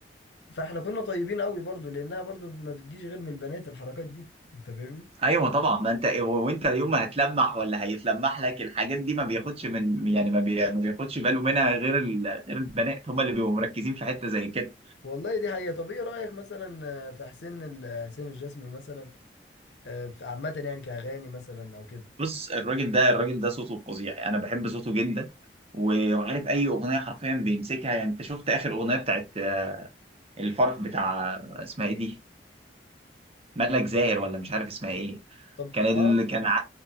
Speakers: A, on the left (about 75°); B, on the right (about 35°).
A: فاحنا كنا طيبين قوي برضو لانها برضو ما بتجيش غير من البنات الحركات دي انت فاهمني
B: ايوه طبعا ما انت و- وانت يوم ما هتلمح ولا هيتلمح لك الحاجات دي ما بياخدش من يعني ما, بي... ما بياخدش باله منها غير ال... غير البنات هم اللي بيبقوا مركزين في حته زي كده
A: والله دي حقيقة طب ايه رأيك مثلا آه، في حسين ال- حسين الجسمي مثلا آه، في- عامة يعني كأغاني مثلا او كده
B: بص الراجل ده الراجل ده صوته فظيع انا بحب صوته جدا و- وعارف اي اغنيه حرفيا بيمسكها يعني انت شفت اخر اغنيه بتاعت الفرح بتاع اسمها ايه دي ملك زاهر ولا مش عارف اسمها ايه
A: طب
B: كان ال...
A: اه
B: كان ع-